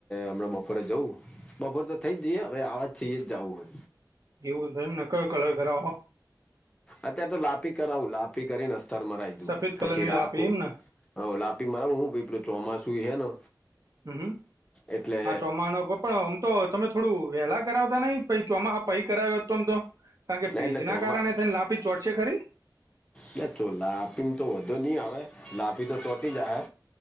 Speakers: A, on the left; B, on the right.
A: હમણા બપોરે જવું બપોરે તો થઇ જ જઈએ હવે આવાજ થય જ જવું હ.
B: એવું એમ ને કયો કલર કરાવ હો.
A: અત્યારે તો લાપી કરાવું. લાપી કરાય ને અસ્તર મરાઈ દઉ
B: સફેદ કલર
A: પછી
B: ની
A: રાખું.
B: લાપે એમને
A: હઓ લાપી મારવું હું ભઈ એટલિબચોમાસું હે ને
B: હમ્મ હમ્મ
A: એટલે
B: હા ચોમાણ પણ આમ તો તમે થોડું વેલા કરાવતા નઈ પૈ ચોમાહા પૈ કરાયો હોય તમ તો. કારણ કે ભેજ
A: એટલે
B: ના
A: ચોમા
B: કારણે થને લાપી ચોટશે ખરી?
A: ના ચો લાપીને તો વાંધો નહી આવે લાપી તો ચોટી ચાહે